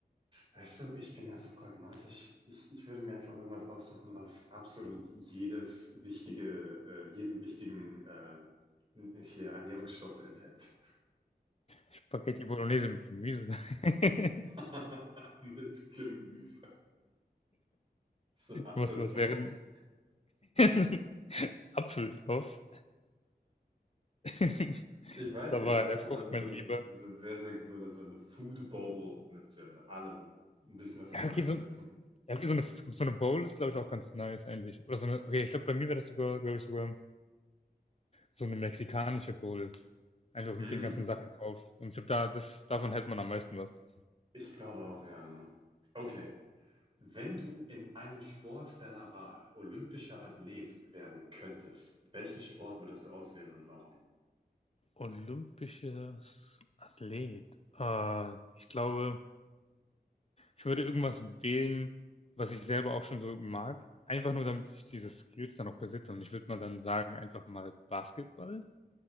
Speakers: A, on the right (about 30°); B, on the left (about 40°).
A: Weißt du, ich bin da so pragmatisch. Ich, ich würde mir einfach irgendwas aussuchen, was absolut jedes wichtige, äh, jeden wichtigen äh, hier Ernährungsstoff enthält.
B: Spaghetti Bolognese mit Gemüse. <laughs>
A: <laughs> Mit Gemüse. Ist so ein Apfel
B: Was,
A: drauf.
B: was wäre <laughs> Apfel drauf. <laughs>
A: Ich weiß
B: Das ist aber
A: nicht, ist
B: eine
A: einfach
B: Frucht,
A: so ein, so
B: mein
A: ein,
B: Lieber.
A: so ein sehr, sehr, so eine, so eine Food Bowl mit äh, allem. Ein bisschen was von
B: Ja,
A: allem,
B: okay, so,
A: weißt
B: ja, okay, so, eine, so eine Bowl ist, glaube ich, auch ganz nice eigentlich. Oder so eine, okay, ich glaube, bei mir wäre das sogar, glaube ich, sogar so eine mexikanische Bowl. Einfach
A: du?
B: mit
A: Mm,
B: den ganzen Sachen drauf. Und ich glaube, da, das, davon hält man am meisten was.
A: ich glaube auch, ja, ne? Okay. Wenn du in einem Sport deiner Wahl olympischer Athlet werden könntest, welchen Sport würdest du auswählen und warum?
B: Olympisches Athlet. Äh, ich glaube, ich würde irgendwas wählen, was ich selber auch schon so mag. Einfach nur, damit ich diese Skills dann auch besitze. Und ich würde mal dann sagen, einfach mal Basketball.